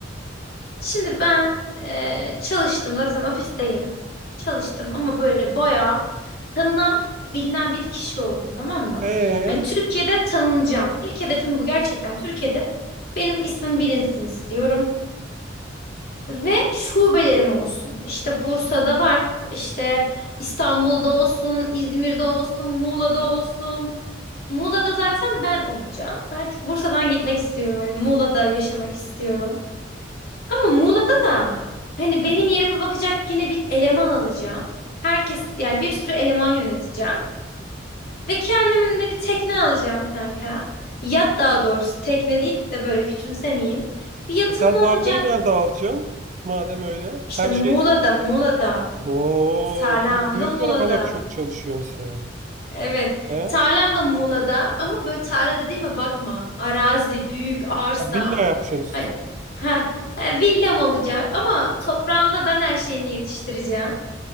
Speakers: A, on the left; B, on the right.
A: Şimdi ben eee, çalıştım zaten ofisteyim. Çalıştım ama böyle bayağı tanınan, bilinen bir kişi oldum tamam mı?
B: Ee,
A: Hani Türkiye'de tanınacağım. İlk hedefim bu gerçekten. Türkiye'de benim ismim bilinsin istiyorum. Ve şubelerim olsun. İşte Bursa'da var, işte İstanbul'da olsun, İzmir'de olsun, Muğla'da olsun. Muğla'da zaten ben olacağım. Ben Artık Bursa'dan gitmek istiyorum. Hani Muğla'da yaşamak istiyorum. Ama Muğla'da da hani benim yerime bakacak yine bir eleman alacağım. Herkes yani bir sürü eleman yöneteceğim. Ve kendimin de bir tekne alacağım kanka. Yat daha doğrusu tekne deyip de böyle küçümsemeyeyim. Bir yatım
B: e sen
A: olacak.
B: tarlayı nerede alacaksın? Madem öyle.
A: İşte
B: Her
A: Muğla'da,
B: şey...
A: Muğla'da.
B: Oo,
A: Tarlam
B: bu, bu
A: da
B: yüzden
A: Muğla'da.
B: o kadar çok çalışıyorsun sen.
A: Evet.
B: He?
A: Tarlam da Muğla'da ama böyle tarla dediğime bakma. Arazi, büyük arsa.
B: Ha, villa yapacaksın üstüne.
A: Hani ha villam olacak ama toprağımda ben her şeyimi yetiştireceğim.